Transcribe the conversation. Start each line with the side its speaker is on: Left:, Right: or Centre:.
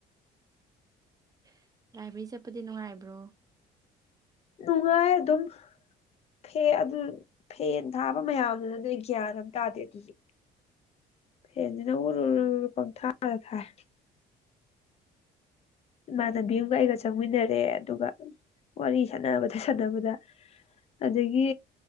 Right: <inaudible> ꯂꯥꯏꯕꯔꯤ ꯆꯠꯄꯗꯤ ꯅꯨꯡꯉꯥꯏꯕ꯭ꯔꯣ
Left: ꯅꯨꯡꯉꯥꯏ ꯑꯗꯨꯝ ꯐ ꯑꯗꯨ ꯐꯦꯟ ꯊꯥꯕ ꯃꯌꯥꯝꯗꯨꯅ ꯅꯣꯏ ꯒ꯭ꯌꯥꯟ ꯑꯃ ꯇꯥꯗꯦ ꯑꯗꯨꯁꯨ ꯐꯦꯟꯁꯤꯅ ꯎꯔꯨꯔꯔꯨ ꯄꯪ ꯊꯥꯔ ꯊꯥꯏ ꯏꯃꯥꯟꯅꯕꯤ ꯑꯃꯒ ꯑꯩꯒ ꯆꯪꯃꯤꯟꯅꯔꯦ ꯑꯗꯨꯒ ꯋꯥꯔꯤ ꯁꯥꯟꯅꯕꯗ ꯁꯥꯟꯅꯕꯗ ꯑꯗꯒꯤ